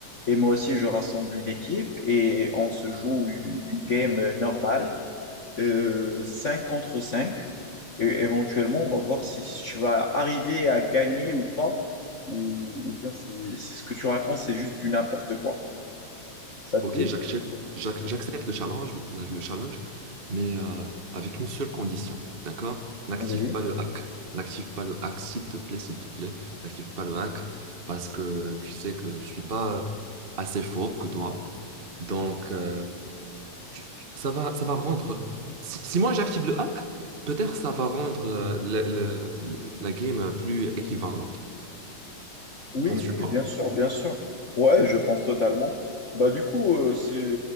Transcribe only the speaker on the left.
et moi aussi je rassemble une équipe et on se joue une une game normale, euh, 5 contre cinq Et éventuellement, on va voir si tu vas arriver à gagner ou pas, ou, ou bien si, si ce que tu racontes c'est juste du n'importe quoi. Ça te
dit?
Oui.
Oui,
oui,
bien sûr, bien sûr. Ouais, je pense totalement. Bah du coup, euh, c'est,